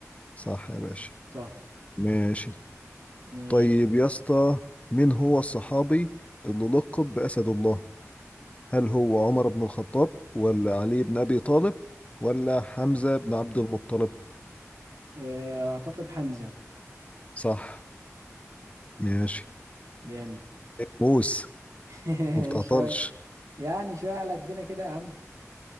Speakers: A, on the left; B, on the right.
A: صح يا باشا
B: صح
A: ماشي
B: ماشي
A: طيب يا اسطى مين هو الصحابي اللي لقب بأسد الله هل هو عمر بن الخطاب ولا علي بن أبي طالب ولا حمزة بن عبد المطلب
B: أه اعتقد حمزة
A: صح ماشي
B: جامد
A: موس
B: <laughs>
A: ما بتعطلش
B: شوية يعني شوية على قدنا كده يا عم